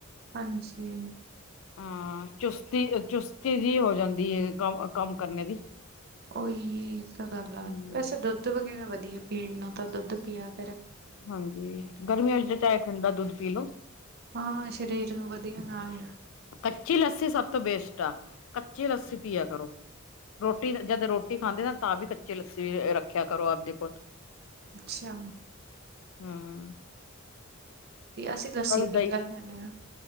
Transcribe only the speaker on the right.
ਹਾਂਜੀ
ਉਹੀ ਤਾਂ ਗੱਲ
ਆ ਵੈਸੇ ਦੁੱਧ ਵਗੈਰਾ ਵਧੀਆ ਪੀਣ ਨੂੰ ਤਾਂ ਦੁੱਧ ਪੀਆ ਕੇ
ਹਾਂ ਸ਼ਰੀਰ ਨੂੰ ਵਧੀਆ ਨਾਲ
ਅੱਛਾ
ਅਸੀਂ ਲੱਸੀ
ਪੀ
ਲੈਦੇ ਹੁੰਦੇ ਆ।